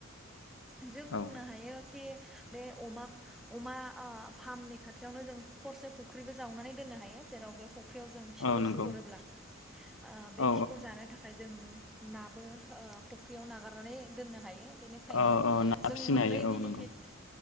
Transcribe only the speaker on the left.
औ
औ नंगौ
औ
औ औ ना
फिसिनो
हायो औ
नंगौ